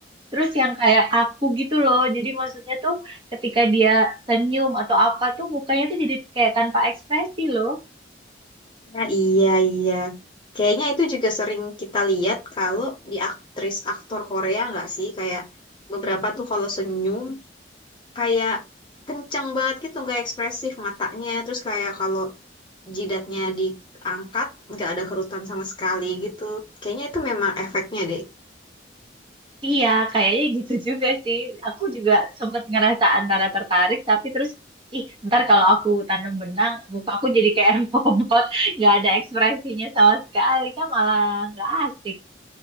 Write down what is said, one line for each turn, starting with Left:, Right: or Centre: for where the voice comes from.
Right: terus yang kayak kaku gitu loh. Jadi maksudnya tuh ketika dia senyum atau apa tuh mukanya tuh jadi kayak tanpa ekspresi loh.
Left: Nah, iya, iya. Kayaknya itu juga sering kita lihat kalau di aktris-aktor Korea nggak sih? Kayak beberapa tuh kalau senyum kayak kenceng banget gitu, nggak ekspresif matanya. Terus kayak kalau jidatnya diangkat nggak ada kerutan sama sekali gitu. Kayaknya itu memang efeknya deh.
Right: Iya, kayaknya gitu juga sih. Aku juga sempet ngerasa antara tertarik, tapi terus, ih, ntar kalau aku tanam benang, muka aku jadi kayak <laughs> robot, nggak ada ekspresinya sama sekali, kan malah nggak asik.